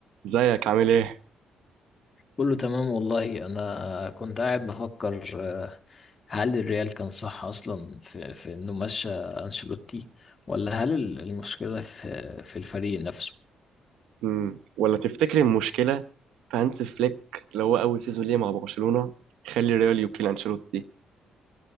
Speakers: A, on the right (about 85°); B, on the left (about 35°).
A: ازيك عامل ايه؟
B: كله تمام والله انا كنت قاعد بفكر آه، هل الريال كان صح اصلا في, في انه مشى انشيلوتي ولا هل ال- المشكله في في الفريق نفسه
A: مم. ولا تفتكر المشكلة في هانز فليك اللي هو أول سيزون ليه مع برشلونة يخلي ريال يوكيل أنشيلوتي